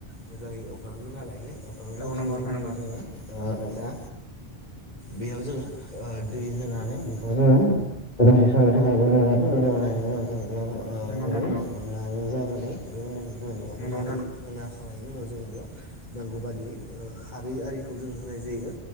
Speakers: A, on the left; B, on the left.
A: मोजाङै एवफ्रामगोरना लायो एवफ्रामगोरखांनायनि
B: औ नंगौ नोंथां
A: उनाव जोङो, ओ दा बेयाव जोङो ओ दै होनानै बेखौ जोङो, <unintelligible> <inaudible>
B: नोंगौ नोंथां नोंगौ
A: मोननानै जागोन दे बे उननिखौ जों बेयाव होना
B: नंगौ नोंथां
A: होयो होना खांनायनि उनाव जोङो बेयाव नांगौ बादियै ओ खारै आरि जों होनाय जायो